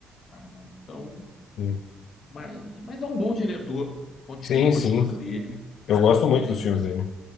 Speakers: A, on the left; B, on the left.
A: charlatão. Então,
B: Sim.
A: mas, mas é um bom diretor. Continuo
B: Sim,
A: gostando
B: sim.
A: dele,
B: Eu gosto
A: né?
B: muito dos
A: Inclusive
B: filmes dele.